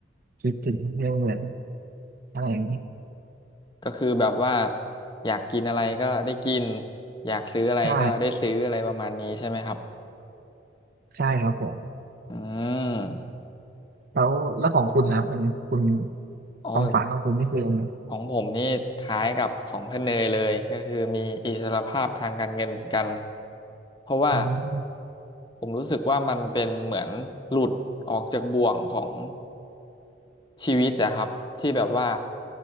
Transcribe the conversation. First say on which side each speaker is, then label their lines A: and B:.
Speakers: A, on the right; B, on the left.
A: คิดถึงเรื่องเงินอะไรอย่างเงี้ย
B: ก็คือแบบว่าอยากกินอะไรก็ได้กินอยากซื้ออะไรก็ได้ซื้ออะไรประมาณนี้ใช่ไหมครับ
A: ใช่ใช่ครับผม
B: อืม
A: แล้วแล้วของคุณนะครับเป็นคุณ
B: โอ้
A: ความฝันของคุณนี่คือยังไง
B: ของผมนี่คล้ายกับของเพื่อนเนยเลยก็คือมีอิสรภาพทางการเงินเหมือนกันเพราะว่า
A: อืม
B: ผมรู้สึกว่ามันเป็นเหมือนหลุดออกจากบ่วงของ ชีวิตอะครับที่แบบว่า